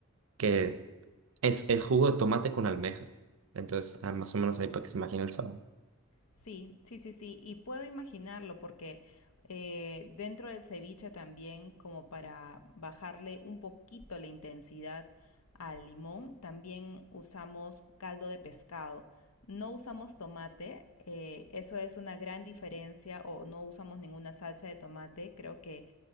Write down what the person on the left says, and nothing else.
Sí, sí, sí, sí. Y puedo imaginarlo porque eh, dentro del ceviche también, como para bajarle un poquito la intensidad al limón, también usamos caldo de pescado. No usamos tomate, eh, eso es una gran diferencia, o no usamos ninguna salsa de tomate. Creo que